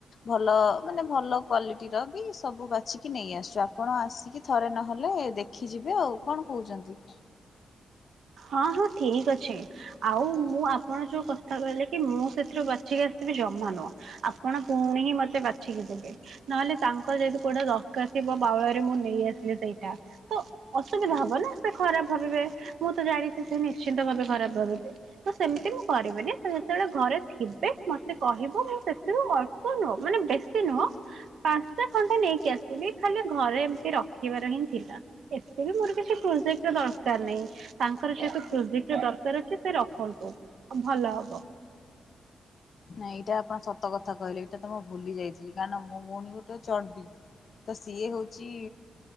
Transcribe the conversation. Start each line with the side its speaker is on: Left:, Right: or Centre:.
Left: ଭଲ ମାନେ ଭଲ କ୍ୱଲିଟିର ବି ସବୁ ବାଛିିକି ନେଇ ଆସୁଛୁ। ଆପଣ ଆସିକି ଥରେ ନହେଲେ ଦେଖ ଦେଖି ଯିବେ ଆଉ କଣ କହୁଛନ୍ତି?
Right: ହଁ ହଁ ଠିକ ଅଛେ। ଆଉ ମୁଁ ଆପଣ ଯୋଉ କଥା କହିଲେ କି ମୁଁ ସେଥିରୁ ବାଛିକି ଆସିଥିବି ଜମା ନୁହଁ। ଆପଣ ପୁଣି ହିଁ ମତେ ବାଛିକି ଦେବେ। ନହେଲେ ତାଙ୍କ ଯଦତି କୋଉଟା ଦରଖ ଶିବ ବାଉଳରେ ମୁଁ ନେଇଆସିଲି ସେଇଟା। ତ ଅସୁବିଧା ହବ ନା ସେ ଖରାପ ଭାବିବେ ମୁଁ ତ ଜାଣିଛି ସେ ନିଶ୍ଚିନ୍ତ ଭାବେ ଖରାପ ଭାବିବେ। ତ ସେମିତି ମୁଁ କରିବିନି ତ ସେତେବେଳେ ଘରେ ଥିବେ ମତେ କହିବ ମୁଁ ସେଥିରୁ ଅଳ୍ପ ନୁହଁ ମାନେ ବେ ସେ ନୁହଁ ପାଞ୍ଚଟା ଖଣ୍ଡେ ନେଇକି ଆସିବି ଖାଲି ଘରେ ଏମିତି ରଖିବାର ହିଁ ଥିଲା। ଏତେ ବି ମୋର କିଛି ପ୍ରୋଜେକ୍ଟ ର ଦରକାର ନାହିଁ। ତାଙ୍କର ଯେହେତୁ ପ୍ରୋକ୍ ଦରକାର ଅଛି ସେ ରଖନ୍ତୁ ଭଲ ହବ।
Left: ନାଇଁ ଏଇଟା ଆପଣ ସତ କଥା କହିଲେ ଏଇଟା ତ ମୁଁ ଭୁଲି ଯାଇଥିଲି କାରଣ ମୋ ଭଉଣୀ ଗୋଟେ ଚଣ୍ଡୀ ତ ସିଏ ହଉଛି